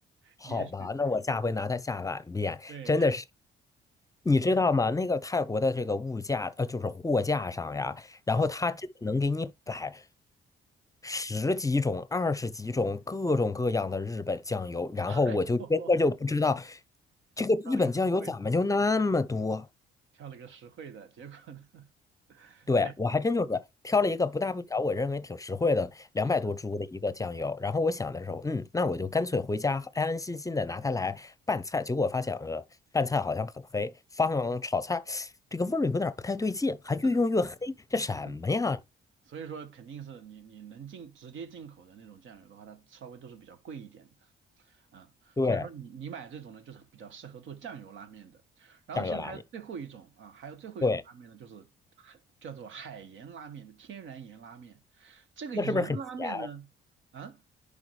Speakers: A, on the left; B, on the right.
A: 好吧，
B: 也许
A: 那我下回拿它下碗面，
B: 对
A: 真的是。你知道吗？那个泰国的这个物价，呃，就是货架上呀，
B: 啊，
A: 然后他真的能给你摆十几种、二十几种各种各样的日本酱油，然后我就真的就不知道
B: 哎呦
A: 这个日本酱油怎么就那么多。
B: 挑了个实惠的，挑了个实惠的，结果呢？<laughs>
A: 对，
B: 对，
A: 我还真就是挑了一个不大不小，我认为挺实惠的，两百多铢的一个酱油。
B: 是的，
A: 然后我想的时候，嗯，那我就干脆回家安安心心的拿它来拌菜。结果发现，呃，拌菜好像很黑，放炒菜这个味儿有点儿不太对劲，还越用越黑，
B: 是的，
A: 这什么呀？
B: 是的。所以说肯定是你你能进直接进口的那种酱油的话，它稍微都是比较贵一点的，嗯，
A: 对，
B: 所以说你你买这种呢，就是比较适合做酱油拉面的。然后其实还有最后一种啊，
A: 酱油拉面，
B: 还有最后一种拉面呢，
A: 对，
B: 就是海叫做海盐拉面，就天然盐拉面。这个盐拉面呢，
A: 那是不是很咸？
B: 啊